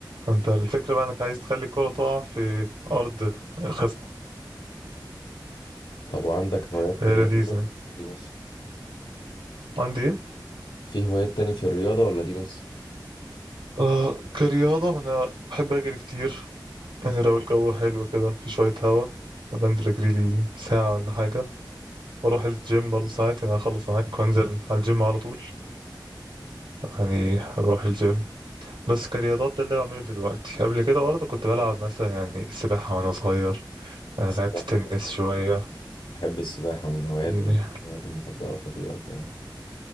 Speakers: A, on the right; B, on the left.
A: انت الفكرة بقى انك عايز تخلي الكرة تقع في أرض خصم
B: طب وعندك هوايات
A: هي
B: في الرياضة
A: لذيذة
B: تاني؟ دي بس
A: عندي ايه؟
B: في هوايات تاني في الرياضة ولا دي بس
A: آه كرياضة أنا بحب أجري كتير يعني لو الجو حلو كده في شوية هوا بنزل أجري لي ساعة ولا حاجة وأروح الجيم برضه ساعات يعني أخلص معاك وأنزل على الجيم على طول يعني بروح الجيم بس كرياضات ده اللي بعمله دلوقتي قبل كده برضه كنت بلعب مثلا يعني سباحة وأنا صغير آه
B: السباحة.
A: لعبت تنس شوية
B: بحب السباحة من هواياتي
A: يعني
B: من هواياتي المفضلة في الرياضة يعني